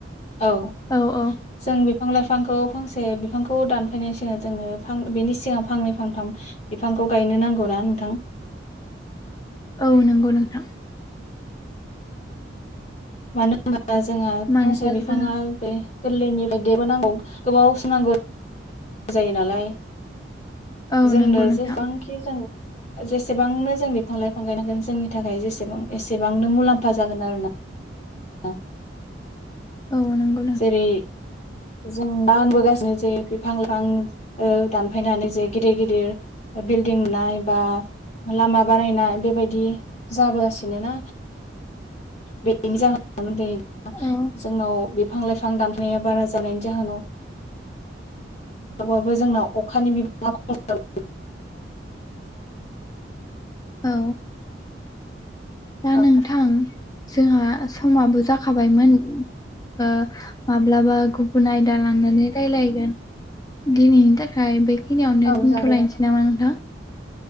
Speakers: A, on the left; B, on the left.
A: औ
B: औ औ
A: जों बिफां लाइफांखौ फांसे बिफांखौ दानफैनायनि सिगां जोंनो फां बेनि सिगां फांनै फांथाम बिफांखौ गायनो नांगौना नोंथां
B: औ नंगौ नोंथां
A: मानो होनबा जोंहा
B: मानोना
A: फांसे बिफाङा
B: जों
A: बे गोरलैनिफ्राय देबोनांगौ गोबाव सो नांगौ जायो नालाय
B: औ
A: जोंनो
B: नंगौ नोंथां
A: जेसेबांखि जों जेसेबांनो जों बिफां लाइफां गायनांगोन जोंनि थाखाय जेसेबां एसेबांनो मुलाम्फा जागोन आरो ना औ
B: औ नोंगौ
A: जेरै जों मा होनबोगासिनो जे बिफां लाइफां दानफायनानै जे गिदिर गिदिर बिल्डिं लुनाय बा लामा बानायनाय बेबायाददि जाबोगासिनो ना बेनि जाहोनाव
B: औ
A: जोंनाव बिफां लाइफां दानफनाया बारा जानायनि जाहोनाव वबाबो जोंनाव अखानि बिबाङा ख
B: औ
A: खम
B: दा नोंथां जोंहा समाबो जाख खाबायमोन ओ माब्लाबा गुबुन आयदा लांनानै रायलायगोन दिनैनि थाखाय बेखिनियावनो
A: औ
B: दोनथ'लायनोसै
A: जागोन
B: नामा नोंथां